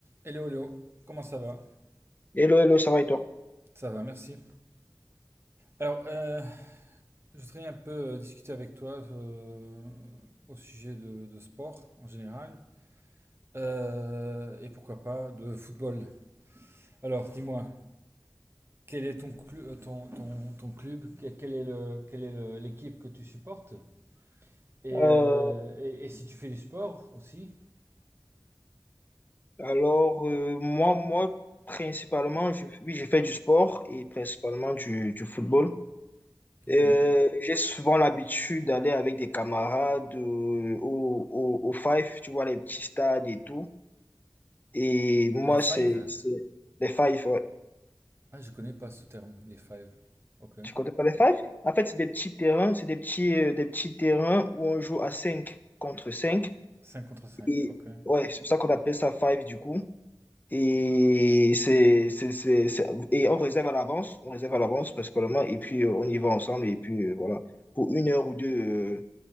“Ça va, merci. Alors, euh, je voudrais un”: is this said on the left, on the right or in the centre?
Right